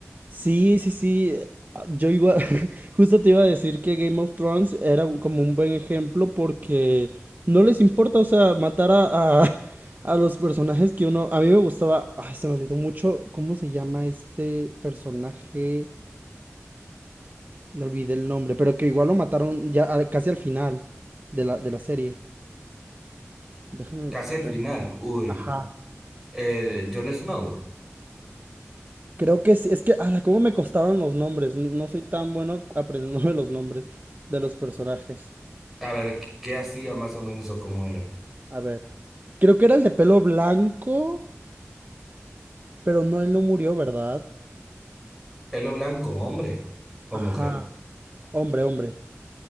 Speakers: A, on the right; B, in the centre.
A: Sí, sí, sí. eh, ah, Yo igual, <laughs> justo te iba a decir que Game of Thrones era un- como un buen ejemplo porque no les importa, o sea, matar a, a, <laughs> a los personajes que uno... A mí me gustaba, ay, se me olvidó mucho cómo se llama este personaje, me olvidé el nombre, pero que igual lo mataron ya a- casi al final de la, de la serie. Déjame...
B: Casi al
A: re-
B: final, uy,
A: Ajá.
B: el Jon Snow,
A: Creo que sí, es que, ala, cómo me costaban los nombres, no, no soy tan bueno aprendiéndome <laughs> los nombres de los personajes.
B: a ver, ¿qué qué hacía más o menos o cómo era?
A: A ver. Creo que era el de pelo blanco, pero no, él no murió, ¿verdad?
B: ¿Pelo blanco, hombre o
A: Ajá.
B: mujer?
A: Hombre, hombre.